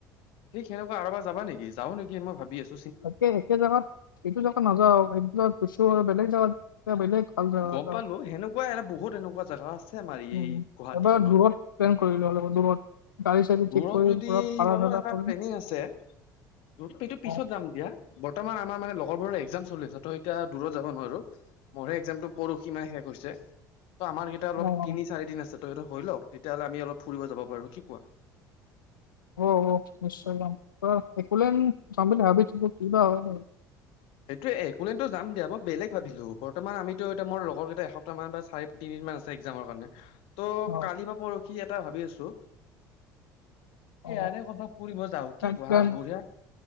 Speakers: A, on the left; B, on the left.
A: ঠিক সেনেকুৱা আৰুবাৰ যাবা নেকি যা অহ ', নে মই ভাব আছো
B: একে- একে জেগাত এইটো জেগাত নাযাও এই জেগাত গৈছো আৰু বেলেগ জেগাত এটা বেলেগ ভাল জেগা
A: গম
B: এটা
A: পালো সেনেকুৱা এ বহুত এনেকুৱা জোগা আছে আমাৰ
B: উম
A: এই গুৱাহাটীখনত
B: এবাৰ দূৰত প্লেন কৰিলো অলপ দূৰত গাড়ী চাড়ী
A: দূৰত
B: ঠিক কৰি
A: যদি
B: পুৰা ভাড়া
A: মলত
B: চাড়া
A: এটা
B: কৰি
A: প্লেনিং আছে। ত', এইটো পিছত
B: অ
A: যাম দিয়া বৰ্তমান আমাৰ মানে লগৰবোৰৰ এক্জাম চলি আছে তই এতিয়া দূৰত যাব নোৱাৰো মোৰে পৰহি মানেহে শেষ হৈছে। ত', আমাৰ কেইটা
B: অ
A: অলপ
B: অ
A: তিনি চাৰি দিন আছে তোহোত হৈ লওক তেতিয়াহ'লে আমি অলপ ফুৰিব যাব পাৰো কি কোৱা?
B: অহ - অহ নিশ্চয় যাম একুলে যাম বুলি ভাবিছিলো কিবা হয়।
A: সেইটোয়ে একুলেনট যাম দিয়া মই বেলেগ ভাবিলো বৰ্তমান আমিতো এতিয়া মোৰ লগৰ কেইটা এসপ্তাহ মান বা চাৰি তিনিদিন মান আছে একজামৰ কাৰণে ত'
B: অ
A: কালি বা পৰখি কি এটা ভাবি আছো।
B: অ
A: ইয়াৰে কৰ'বাত ফুৰিব যাও
B: প্লেন
A: কি ক
B: প্লেন
A: হা বুঢ়া